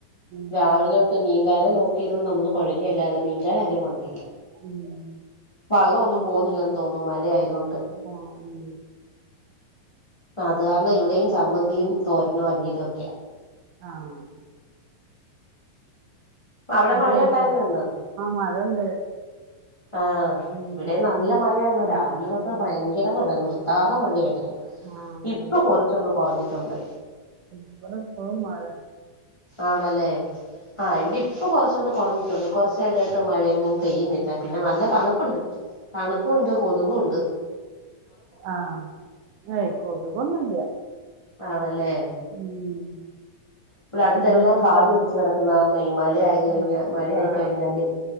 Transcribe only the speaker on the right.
ഉം
ഉം ഉം
ആഹ് ഉം.
ആഹ്
ഫുഡ്
കഴിച്ചോ
ആഹ് മഴണ്ട്.
ഉം
മഴ
പെയ്യ്ണ്ട്
ഉം
നല്ല
മഴ
ഉം
ആഹ് നിർ
ഇവടെ ഇപ്പയും മഴ
ആഹ് എയ് കൊതുക് ഒന്നും ഇല്ല
ഉം
ഫുഡൊക്കെ കഴിച്ചോ
ആഹ്
ആഹ്